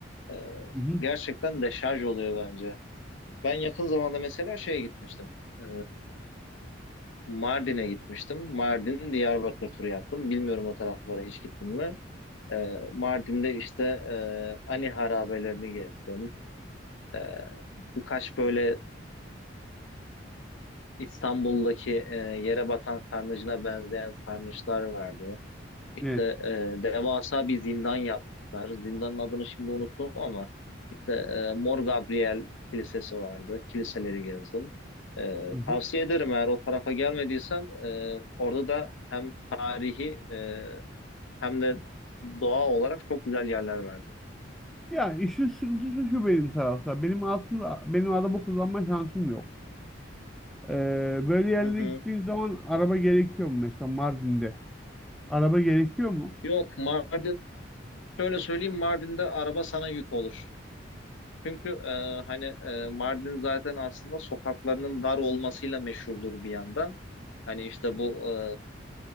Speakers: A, on the left; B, in the centre.
A: e,
B: Hı hı.
A: gerçekten deşarj oluyor bence. Ben yakın zamanda mesela şeye gitmiştim. E, Mardin'e gitmiştim. Mardin Diyarbakır turu yaptım. Bilmiyorum o taraflara hiç gittim mi? E, Mardin'de işte e, Ani harabelerini gezdim. E, birkaç böyle İstanbul'daki e, yere batan sarnıcına benzeyen sarnıçlar vardı. İşte
B: Evet.
A: e, devasa bir zindan yaptılar. Zindanın adını şimdi unuttum ama işte e, Mor Gabriel Kilisesi vardı. Kiliseleri gezdim. E,
B: Hı hı.
A: tavsiye ederim eğer o tarafa gelmediysen e, orada da hem tarihi e, hem de doğa olarak çok güzel yerler vardı.
B: Ya işin sıkıntısı şu benim tarafta. Benim altında benim araba kullanma şansım yok. Ee, böyle yerlere
A: Hı hı.
B: gittiğin zaman araba gerekiyor mu mesela Mardin'de? Araba gerekiyor mu?
A: Yok Mardin şöyle söyleyeyim Mardin'de araba sana yük olur. Çünkü e, hani e, Mardin zaten aslında sokaklarının dar olmasıyla meşhurdur bir yandan. Hani işte bu e,